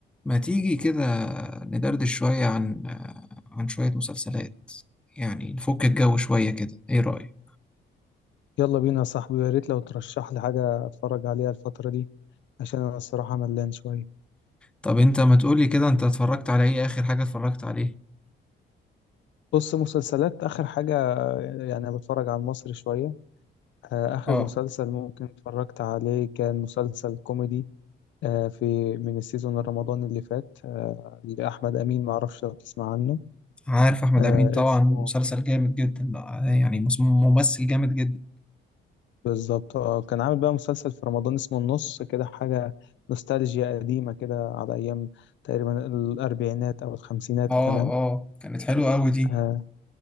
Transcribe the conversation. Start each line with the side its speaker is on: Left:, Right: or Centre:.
Centre: ما تيجي كده ندردش شوية عن عن شوية مسلسلات يعني نفك الجو شوية كده ايه رأيك
Left: يلا بينا يا صاحبي يا ريت لو ترشح لي حاجة اتفرج عليها الفترة دي عشان انا الصراحة ملان شوية
Centre: طب انت ما تقولي كده انت اتفرجت على ايه اخر حاجة اتفرجت عليه
Left: بص مسلسلات اخر حاجة يعني بتفرج على المصري شوية آه، اخر
Centre: اه
Left: مسلسل ممكن اتفرجت عليه كان مسلسل كوميدي آه، في من السيزون الرمضان اللي فات آه، لأحمد أمين معرفش لو تسمع عنه
Centre: عارف احمد
Left: آه،
Centre: امين طبعا
Left: اسمه
Centre: مسلسل جامد جدا ده يعني مس- ممثل جامد جدا
Left: بالظبط آه، كان عامل بقى مسلسل في رمضان اسمه النص كده حاجة نوستالجيا قديمة كده على أيام تقريبا الأربعينات أو الخمسينات
Centre: اه
Left: كمان
Centre: اه كانت حلوة قوي دي
Left: آه،